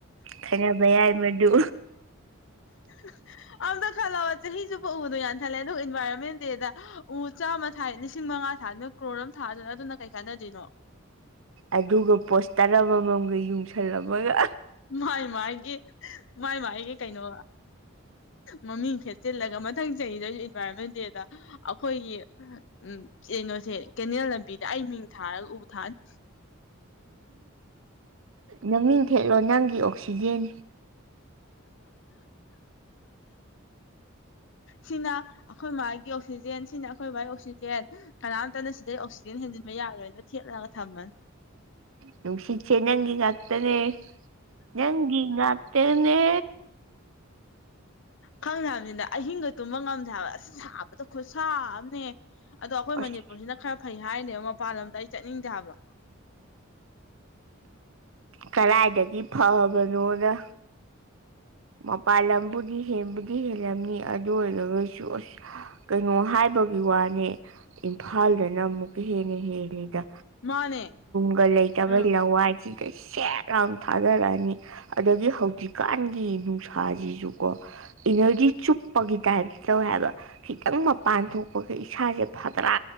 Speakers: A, on the right (about 70°); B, on the left (about 60°).
A: ꯈꯟꯅꯕ ꯌꯥꯏ ꯃꯗꯨ
B: <inaudible> ꯑꯃꯇ ꯈꯜꯂꫭꯕ ꯆꯍꯤ ꯆꯨꯞꯄ ꯎꯗꯣ ꯌꯥꯟꯊꯠꯂꯦ ꯑꯗꯨꯒ ꯏꯟꯚꯥꯏꯔꯣꯟꯃꯦꯟ ꯗꯦꯗ ꯎ ꯆꯥꯝꯃ ꯊꯥꯏ ꯂꯤꯁꯤꯡ ꯃꯉꯥ ꯊꯥ ꯀ꯭ꯔꯣꯔ ꯑꯃ ꯊꯥꯗꯅ ꯑꯗꯨꯅ ꯀꯩ ꯀꯥꯟꯅꯗꯣꯏꯅꯣ
A: ꯑꯗꯨꯒ ꯄꯣꯁꯇꯔ ꯑꯃꯃꯝꯒ ꯌꯨꯡꯁꯜꯂꯝꯃꯒ
B: ꯃꯥꯏ ꯃꯥꯏꯒꯤ ꯃꯥꯏ ꯃꯥꯏꯒꯤ ꯀꯩꯅꯣ ꯃꯃꯤꯡ ꯈꯦꯠꯆꯤꯜꯂꯒ ꯃꯊꯪ ꯆꯍꯤꯗꯁꯨ ꯏꯟꯚꯥꯏꯔꯣꯟꯃꯦꯟ ꯗꯦꯗ ꯑꯩꯈꯣꯏꯒꯤ ꯎ ꯀꯩꯅꯣꯁꯦ ꯀꯦꯅꯦꯜ ꯂꯝꯕꯤꯗ ꯑꯩ ꯃꯤꯡ ꯊꯥꯔꯒ ꯎ ꯊꯥꯅꯤ
A: ꯅꯃꯤꯡ ꯊꯦꯠꯂꯣ ꯅꯪꯒꯤ ꯑꯣꯛꯁꯤꯖꯦꯟ
B: ꯁꯤꯅ ꯑꯩꯈꯣꯏ ꯃꯥꯒꯤ ꯑꯣꯛꯁꯤꯖꯦꯟ ꯁꯤꯅ ꯑꯩꯈꯣꯏ ꯃꯥꯕꯥꯒꯤ ꯑꯣꯛꯁꯤꯖꯦꯟ ꯀꯅꯥꯝꯇꯅ ꯁꯤꯗꯩ ꯑꯣꯛꯁꯤꯖꯦꯟ ꯍꯦꯟꯖꯤꯟꯕ ꯌꯥꯔꯣꯏꯅꯣ ꯊꯦꯠꯂꯒ ꯊꯝꯃꯅꯤ
A: ꯅꯨꯡꯁꯤꯠ ꯁ° ꯅꯪꯒꯤ ꯉꯥꯛꯇꯥꯅꯦ ꯅꯪꯒꯤ ꯉꯥꯡꯇꯥꯅꯦ
B: ꯈꯪꯗ꯭ꯔꯦ ꯍꯥꯏꯕꯅꯤꯅ ꯑꯍꯤꯡꯒ ꯇꯨꯝꯕ ꯉꯝꯗ꯭ꯔꯦ ꯑꯥ ꯍꯥꯏꯕ ꯁꯥꯕꯗ ꯈꯨꯠꯁꯥ ꯑꯃꯅ° ꯍ° ꯑꯗꯣ ꯑꯩꯈꯣꯏ
A: ꯑꯁ
B: ꯃꯅꯤꯄꯨꯔꯁꯤꯅ ꯈꯔ ꯐꯩ ꯍꯥꯏꯔꯤꯅꯦꯕ ꯃꯄꯥꯟ ꯂꯝꯗ ꯑꯩ ꯆꯠꯅꯤꯡꯗꯦ ꯍꯥꯏꯕ
A: ꯀꯗꯥꯏꯗꯒꯤ ꯐꯕꯅꯣꯗꯥ ꯃꯄꯥꯜ ꯂꯝꯕꯨꯗꯤ ꯍꯦꯟꯕꯨꯗꯤ ꯍꯦꯜꯂꯝꯅꯤ ꯑꯗꯨ ꯑꯣꯏꯔꯔꯣꯏꯁꯨ ꯑꯁ ꯀꯩꯅꯣ ꯍꯥꯏꯕꯒꯤ ꯋꯥꯅꯦ ꯏꯝꯐꯥꯜꯗꯅ ꯑꯃꯨꯛꯀ ꯍꯦꯟꯅ ꯍꯦꯜꯂꯤꯗ
B: ꯃꯥꯅꯦ
A: <unintelligible> ꯂꯩꯇꯕ
B: ꯑꯥ
A: ꯂꯋꯥꯁꯤ ꯀꯩ ꯁꯦ ꯔꯥꯎꯟ ꯊꯥꯗꯔꯛꯑꯅꯤ ꯑꯗꯒꯤ ꯍꯧꯖꯤꯛꯀꯥꯟꯒꯤ ꯅꯨꯡꯁꯥꯁꯤꯁꯨ ꯀꯣ ꯏꯅꯔꯖꯤ ꯆꯨꯞꯄꯒꯤ ꯇꯥꯏꯞꯇ ꯇꯧꯋꯦ ꯍꯥꯏꯕ ꯈꯤꯇꯪ ꯃꯄꯥꯟ ꯊꯣꯛꯄꯒ ꯏꯁꯥꯁꯦ ꯐꯗ꯭ꯔꯥ